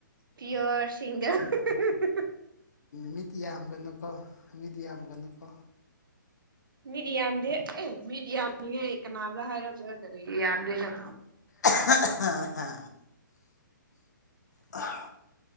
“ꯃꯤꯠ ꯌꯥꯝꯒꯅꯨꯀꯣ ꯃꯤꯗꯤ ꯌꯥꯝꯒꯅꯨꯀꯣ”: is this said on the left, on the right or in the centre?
Left